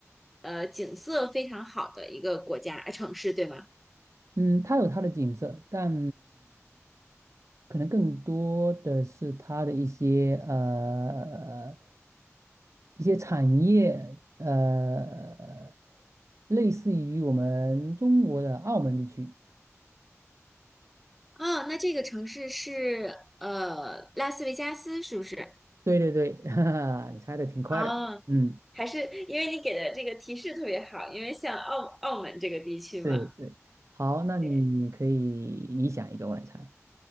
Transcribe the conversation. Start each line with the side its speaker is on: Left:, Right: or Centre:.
Centre: 呃，景色非常好的一个国家，呃城市，对吗？
Right: 嗯，它有它的景色，但可能更多的是它的一些呃一些产业，呃，类似于我们中国的澳门地区。
Centre: 哦，那这个城市是，呃，拉斯维加斯是不是？
Right: 对对对，<laughs> 哈哈，你猜的挺快的。
Centre: 啊，
Right: 嗯，
Centre: 还是因为你给的这个提示特别好，因为像澳澳门这个地区嘛，
Right: 对对。好，那你可以你想一个，
Centre: 对，
Right: 我来猜。